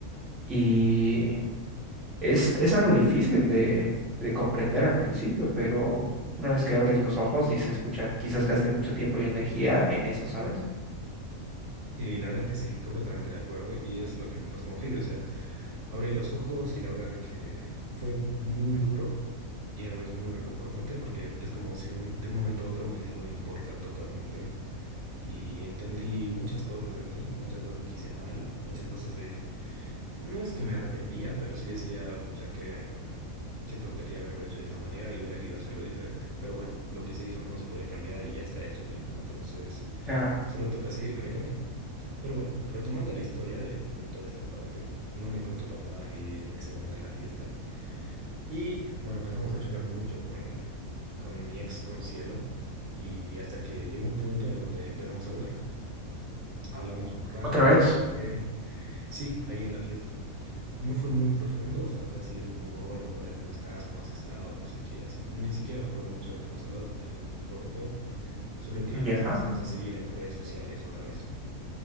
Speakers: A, in the centre; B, on the right.
A: Y es, es algo difícil de, de comprender al principio, pero una vez que abres los ojos dices, pucha, quizás gaste mucho tiempo y energía en eso, ¿sabes?
B: Sí, la verdad es que sí, completamente de acuerdo y es lo que me pasó con Heidi. O sea, Abrí los ojos y la verdad es que fue muy duro y a la vez muy reconfortante porque es como si un- de un momento a otro me dejó de importar totalmente y entendí muchas cosas de mí, y muchas cosas que hice mal, muchas cosas de... No es que me arrepentía, pero sí decía, pucha, qué, qué tontería haberlo hecho de esta manera y hubiera querido hacerlo diferente. Pero bueno, lo que se hizo no se puede cambiar y ya está hecho, digamos. Entonces...
A: Claro.
B: Solo toca seguir con el camino. Pero bueno, retomando la historia de, de toda esta parte, no me importó para nada Heidi en ese momento en la fiesta. Y bueno, empezamos a chocar mucho con, con mi ex, con Cielo. Y hasta que llegó un punto en donde empezamos a hablar. Hablamos un rato,
A: Otra vez.
B: no sé qué. Sí, ahí en la fiesta. No fue muy profundo, o sea, fue así de como un hola, hola, ¿cómo estás? ¿Cómo has estado? No sé qué, así. Ni siquiera me acuerdo mucho de lo que hemos hablado porque ha sido muy corto. Solo que
A: Ya.
B: nos empezamos a seguir en redes sociales otra vez.